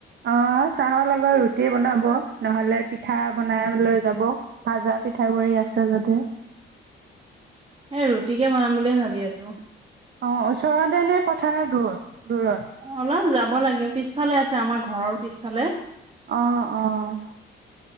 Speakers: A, on the right; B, on the right.
A: অ', চাহৰ লগত ৰুটি
B: বনাব ।
A: নহ'লে পিঠা বনাই লৈ যাব। ভাজা পিঠাগুৰি আছে যদি
B: এ ৰুটিকে বনাম বুলিুয়ে ভাবি আছো
A: অঁ ওচৰতে নে পথাৰ দূৰ দূৰত
B: অলপ যাব লাগে পিছফালে আছে আমাৰ ঘৰৰ পিছফালে ।
A: আঁহ আঁহ ।